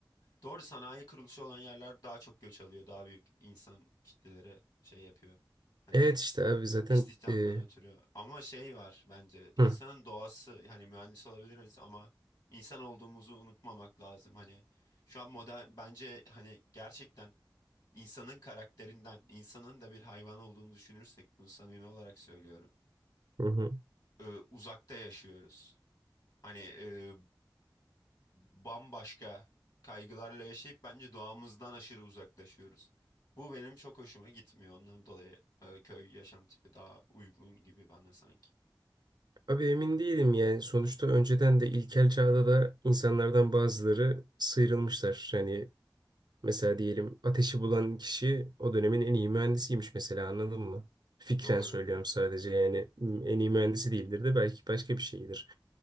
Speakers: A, on the left; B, on the right.
A: doğru sanayi kuruluşu olan yerler daha çok göç alıyor. Daha büyük insan kitleleri şey yapıyor. Hani
B: Evet işte abi zaten
A: İstihdamdan
B: e,
A: ötürü. Ama şey var bence insanın
B: hı,
A: doğası hani mühendis olabiliriz ama insan olduğumuzu unutmamak lazım. Hani şu an modern bence hani gerçekten insanın karakterinden insanın da bir hayvan olduğunu düşünürsek bunu samimi olarak söylüyorum.
B: hı hı.
A: e, uzakta yaşıyoruz. Hani e, bambaşka kaygılarla yaşayıp bence doğamızdan aşırı uzaklaşıyoruz. Bu benim çok hoşuma gitmiyor. Ondan dolayı e, köy yaşam tipi daha uygun gibi bana sanki.
B: Abi emin değilim yani sonuçta önceden de ilkel çağda da insanlardan bazıları sıyrılmışlar. Yani mesela diyelim ateşi bulan kişi o dönemin en iyi mühendisiymiş mesela anladın mı? Fikren
A: Doğru.
B: söylüyorum sadece yani m, en iyi mühendisi değildir de belki başka bir şeydir.